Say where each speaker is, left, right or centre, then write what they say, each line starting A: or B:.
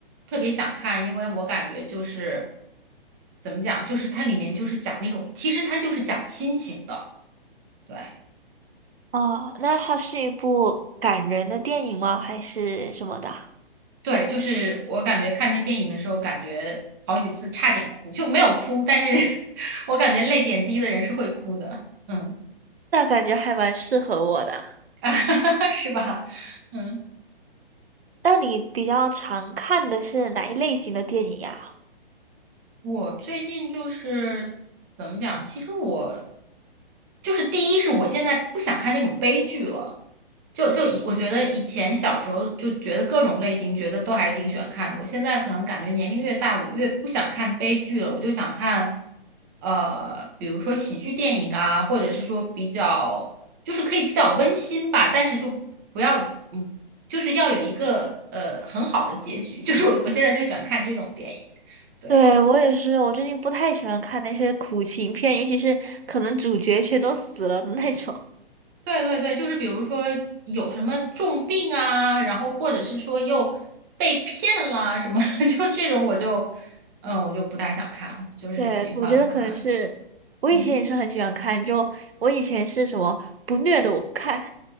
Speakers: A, on the right; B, on the right.
A: 特别想看，因为我感觉就是怎么讲，就是它里面就是讲那种，其实它就是讲亲情的，对。
B: 哦，那它是一部感人的电影吗？还是什么的？
A: 对，就是我感觉看那个电影的时候，感觉好几次差点哭，就没有哭，但是 <laughs> 我感觉泪点低的人是会哭的，嗯，
B: 那感觉还蛮适合我的。
A: <laughs> 是吧？嗯，
B: 那你比较常看的是哪一类型的电影呀？
A: 我最近就是怎么讲？其实我就是第一是我现在不想看那种悲剧了，就就以我觉得以前小时候就觉得各种类型觉得都还挺喜欢看的，我现在可能感觉年龄越大，我越不想看悲剧了，我就想看呃，比如说喜剧电影啊，或者是说比较就是可以比较温馨吧，但是就不要嗯，就是要有一个呃很好的结局，<laughs> 就是我我现在就喜欢看这种电影，对。
B: 对，我也是，我最近不太喜欢看那些苦情片，尤其是可能主角全都死了的那种。
A: 对对对，就是比如说有什么重病啊，然后或者是说又被骗啦什么，<laughs> 就这种我就，嗯，我就不太想看，就是喜欢看，
B: 对，我觉得可能是我以前也是很喜欢看，
A: 嗯，
B: 就我以前是什么不虐的我不看，